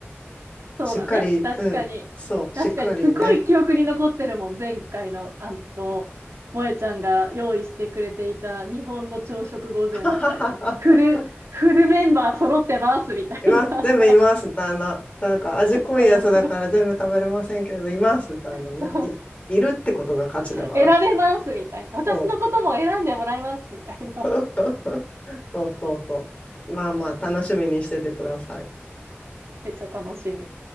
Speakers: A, on the right; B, on the left.
A: そうだね。
B: しっかり、
A: 確かに。
B: うん、そう、
A: 確かに、
B: しっかりね。
A: すごい記憶に残ってるもん。前回の、あの、萌えちゃんが用意してくれていた日本の朝食御膳みたいな。
B: <laughs>
A: フル、フルメンバー揃ってますみたいな。
B: います、全部います、みたいな。なんか味濃いやつだから全部食べれませんけど、
A: <laughs> うん
B: います、みたいなね。
A: そう。
B: い、いるってことが価値だから。
A: 選べますみたいな。私のことも選んでもらいますみたいな。
B: そう。<laughs> そうそうそう。まあまあ、楽しみにしててください。
A: めっちゃ楽しみ。